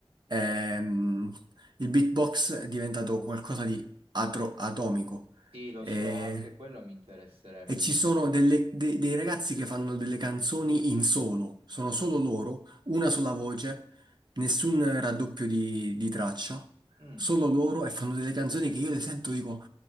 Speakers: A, on the right; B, on the right.
A: ehm, il beatbox è diventato qualcosa di atro- atomico.
B: Sì, lo
A: E
B: so, anche quello mi interesserebbe.
A: E ci sono delle- de- dei ragazzi che fanno delle canzoni in solo, sono solo loro, una sola voce, nessun raddoppio di, di traccia,
B: Mm.
A: solo loro e fanno delle canzoni che io le sento e dico.